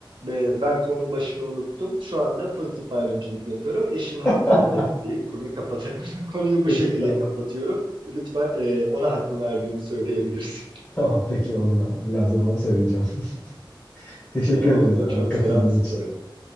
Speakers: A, on the right; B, on the left.
A: e, ben konunun başını unuttum. Şu anda pozitif ayrımcılık yapıyorum. Eşin haklıdır
B: <laughs>
A: deyip konuyu kapat <laughs> konuyu bu
B: Peki
A: şekilde
B: tamam.
A: kapatıyorum. Lütfen e, ona hakkı verdiğimi söyleyebilirsin.
B: Tamam peki olur abi. Birazdan ona söyleyeceğim. <laughs>
A: <laughs>
B: Teşekkür
A: Tamamdır.
B: ederiz
A: Çok
B: abi katıldığın
A: selam söyle.
B: için.